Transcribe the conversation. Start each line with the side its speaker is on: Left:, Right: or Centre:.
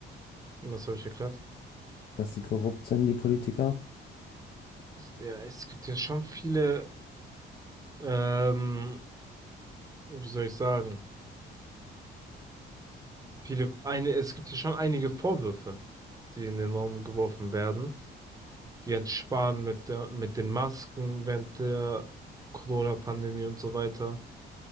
Right: Was habe ich erklärt?
Left: dass die korrupt sind, die Politiker?
Right: Ja, es gibt ja schon viele, ähm, wie soll ich sagen, viele, eine, es gibt ja schon einige Vorwürfe, die in den Raum geworfen werden. Jens Spahn mit der, mit den Masken während der Corona-Pandemie und so weiter.